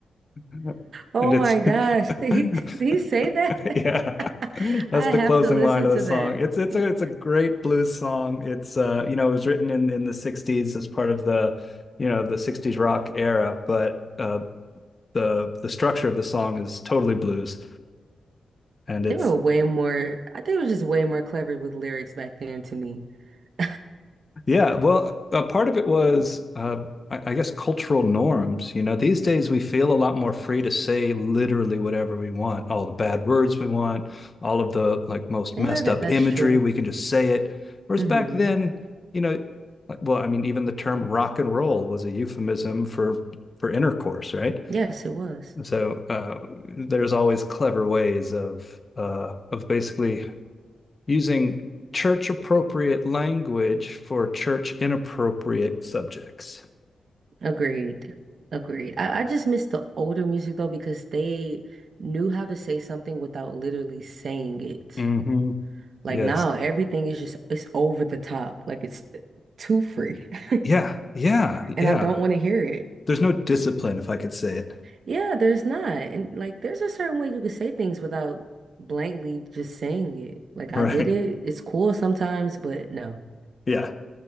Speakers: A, on the left; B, on the right.
A: <laughs>
B: Oh
A: And it's
B: my gosh. Did
A: <laughs>
B: he, <laughs> did he say that?
A: Yeah. <laughs>
B: <laughs>
A: That's
B: I
A: the
B: have
A: closing
B: to listen
A: line of
B: to
A: the song.
B: that.
A: It's it's
B: He-
A: a it's a great blues song. It's uh you know it was written in in the 60s as part of the you know the 60s rock era, but uh the the structure of the song is totally blues and it's
B: They were way more, I think it was just way more clever with lyrics back then to me. <laughs>
A: Yeah, well, uh, part of it was, uh, I, I guess, cultural norms. You know, these days we feel a lot more free to say literally whatever we want, all the bad words we want, all of the like most
B: Yeah,
A: messed
B: that,
A: up
B: that's
A: imagery,
B: true.
A: we can just say it. Whereas
B: hmm
A: back then, you know, like, well, I mean, even the term rock and roll was a euphemism for for intercourse, right?
B: Yes, it was.
A: So uh, there's always clever ways of uh, of basically using church appropriate language for church inappropriate subjects.
B: Agreed. Agreed. I, I just miss the older music though because they knew how to say something without literally saying it.
A: Mm-hmm.
B: Like
A: Yes.
B: now everything is just it's over the top. Like it's too free. <laughs>
A: Yeah. Yeah.
B: And
A: Yeah.
B: I don't want to hear it.
A: There's no discipline, if I could say it
B: Yeah, there's not. And like there's a certain way you could say things without blankly just saying it. Like
A: <laughs>
B: I get it.
A: right.
B: It's cool sometimes, but no.
A: Yeah.